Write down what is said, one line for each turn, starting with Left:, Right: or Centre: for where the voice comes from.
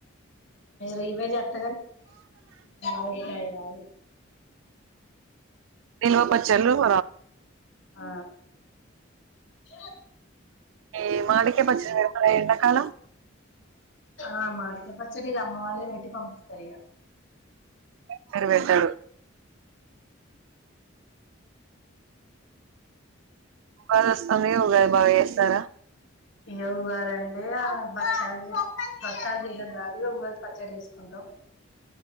Left: రివేజ్ అ క అడికాయ రావ
Right: నిల్వ పచ్చలువు
Left: ఆ చ
Right: ఈ మాడిక పచ్చ ఎండకాలం
Left: ఆ మాడిక పచ్చడిక అమ్మ వాళ్ళే పెట్టి పంపిస్తారు ఇక
Right: పరు పెట్టాడు బ కమగా భాబ ఏ సారా
Left: ఎవరని ఎ ఆ బాచలు బాచలు రీసన్ కాదు పచ్చడి చే